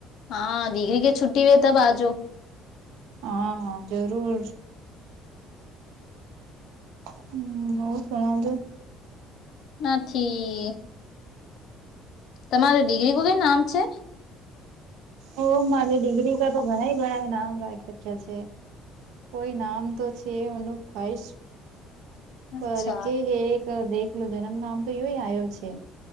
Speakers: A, on the left (about 65°); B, on the right (about 85°).
A: હા દીગ્રી કે છુટી વે તબ આવજો
B: હા હ જરૂર હમ ઓ સુણાવ જો
A: નથી તમારે ડિગ્રી કો કઈ નામ છે.
B: ઓ મારે ડિગ્રી ક તો ઘણાઇ ઘણા નામ રાખી રખ્યા છે. કોઈ નામ તો છે ઓનુ ખવ્વાઇશ
A: અચ્છા
B: પર કે હે એક દેખલ જન્મ નામ તો યોય આવ્યો છે.